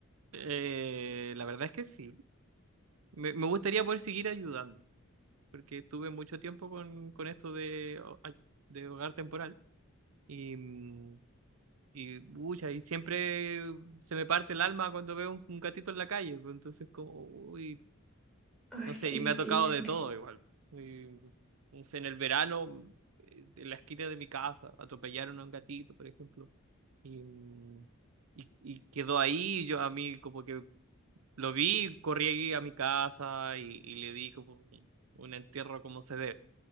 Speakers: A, on the right; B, in the centre.
A: Eh, la verdad es que sí. Me, me gustaría poder seguir ayudando, porque estuve mucho tiempo con, con esto de, ho- ay, de hogar temporal y, mm, y, pucha, y siempre se me parte el alma cuando veo un, un gatito en la calle, pues, entonces como, uy,
B: Ay,
A: No sé,
B: qué
A: y
B: difícil.
A: me ha tocado de todo igual. Y, no sé, en el verano, eh, en la esquina de mi casa, atropellaron a un gatito, por ejemplo. Y, mm, y, y quedó ahí, yo a mí como que lo vi, corrí a mi casa y, y le di como un un entierro como se debe.